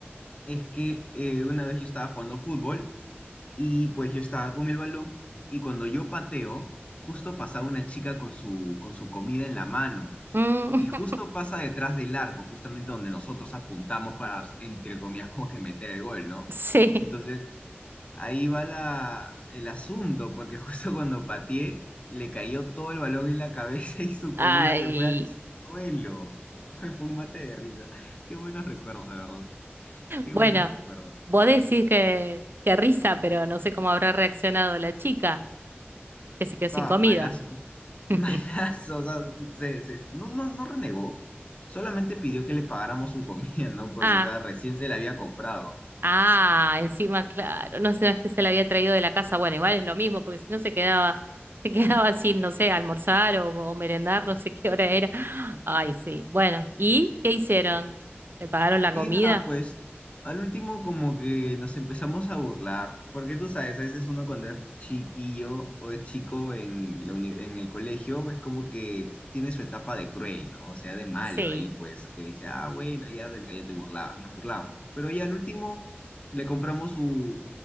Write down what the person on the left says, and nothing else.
es que eh, una vez yo estaba jugando fútbol. Y pues yo estaba con el balón y cuando yo pateo, justo pasaba una chica con su, con su comida en la mano.
Y justo
pasa detrás del arco, justamente donde nosotros apuntamos para, entre comillas, como que meter el gol, ¿no?
Entonces, ahí va la, el asunto, porque <laughs> justo cuando pateé, le cayó todo el balón en la cabeza y su comida
se fue al suelo. <laughs> Fue un mate de risa. Qué buenos recuerdos, de verdad. Qué
buenos recuerdos.
Estaba
malazo. <laughs>
Malazo, o sea, se, se- no, no, no renegó, solamente pidió que le pagáramos su comida, ¿no? Porque,
o sea, recién se la había comprado.
Y
nada, pues al último como que nos empezamos a burlar, porque tú sabes, a veces uno cuando es chiquillo o es chico en, la uni- en el colegio es como que tiene su etapa de cruel, ¿no? O sea, de malo
ahí, pues, que dice, ah, bueno, ya del gallo te burlaba, nos burlamos, ¿no? Pero ya al último le compramos su,